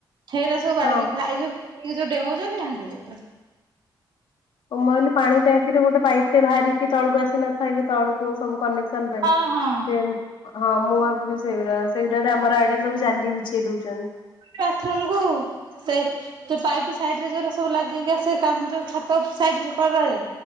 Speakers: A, on the right; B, on the left.
A: ହେଇରା ସବୁ ବାଡେଇକି
B: ହଁ।
A: ଭା ଏ ଯୋଉ ଏ ଯୋଉ ଡେଉଉଁଛନ୍ତି ଭାଁଗୁଚି।
B: ଓ ମୁଁ କହିଲ ପାଣି ଟାଙ୍କିରେ ଗୋଟେ ପାଇପ୍ ଟେ ବାହାରିକି ତଳକୁ ଆସିିଚି। କିଛି ନଥାଇକି ତଳୁକୁ ସବୁ କନେକ୍ସନ ପାଇଁ
A: ହଁ
B: ସେ
A: ହଁ।
B: ହଁ ମୁଁ ଭାବିଲି ସେଇଡା ସେଗୁଡାଡେ ଆମର ଆଡେ ସବୁ ଜାଲି ବିଛେଇ ଦଉଛନ୍ତି।
A: ବାଥରୁମ କୁ ସେ ଯୋଉ ପାଇପ ସାଇଡ ରେ ଯୋଉରା ସବୁ ଲାଗିକି ଆସେ ଜଉ ଛାତ ସାଇଡ କରରେ।